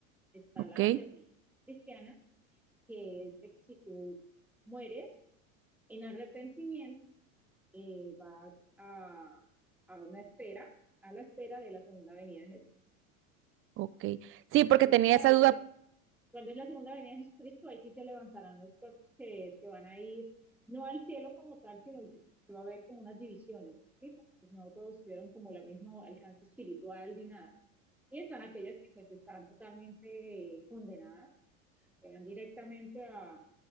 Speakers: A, in the centre; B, on the right (about 30°).
A: está
B: Ok,
A: la teoría cristiana, que es de que si tú mueres en arrepentimiento, eh, vas a, a una espera, a la espera de la segunda venida de Jesús.
B: ok. Sí, porque
A: Cuando,
B: tenía
A: sea la-
B: esa duda.
A: cuando es la segunda venida de Jesucristo, ahí sí se levantarán los cuerpos que se van a ir, no al cielo como tal, sino que va a haber como unas divisiones, ¿sí? pues, no todos tuvieron como el mismo alcance espiritual ni nada. Y están aquellas que pues están totalmente eh, condenadas, que van directamente a,